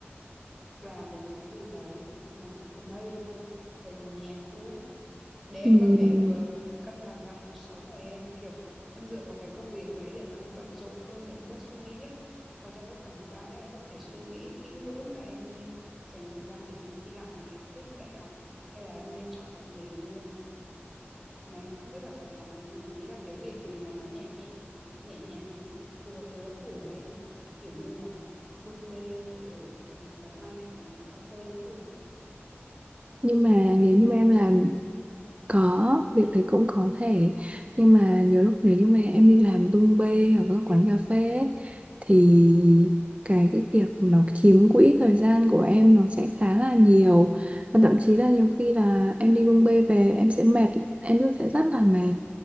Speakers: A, in the centre; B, on the right.
A: là một cái gì đấy mà ở đây thôi á ở gần nhà thôi á để em
B: Ừm,
A: có thể vừa cân bằng lại cuộc sống của em kiểu em dựa vào cái công việc đấy để mà em bận rộn hơn để em bớt suy nghĩ á và trong cái khoảng thời gian đó em có thể suy nghĩ kỹ lưỡng là em nên dành thời gian để ôn thi lại để học tiếp đại học hay là em nên chọn học nghề luôn mà em không biết là phải làm cái gì ý là cái việc gì mà nó nhẹ nhẹ nhẹ nhàng ấy phù hợp với lứa tuổi của em á kiểu như là bưng bê ở cái quán ăn hay là một quán cà phê cũng được
B: nhưng mà nếu
A: có
B: như mà
A: không
B: em làm
A: chị
B: Có, việc đấy cũng có thể Nhưng mà nhiều lúc nếu như mà em đi làm bưng bê ở các quán cà phê ấy, Thì cái, cái việc nó chiếm quỹ thời gian của em nó sẽ khá là nhiều Và thậm chí là nhiều khi là em đi bưng bê về em sẽ mệt Em rất- sẽ rất là mệt